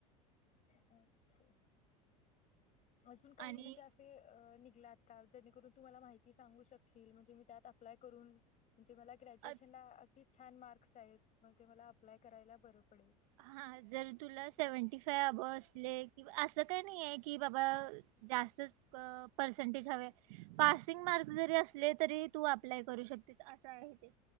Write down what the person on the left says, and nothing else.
<unintelligible> अजून काही
म्हणजे असे आता जेणेकरून तू मला माहिती सांगू शकशील म्हणजे मी त्यात अप्लाय करून म्हणजे मला ग्रॅज्युएशनला
अगदी छान मार्क्स आहेत म्हणजे मला अप्लाय करायला बरं पडेल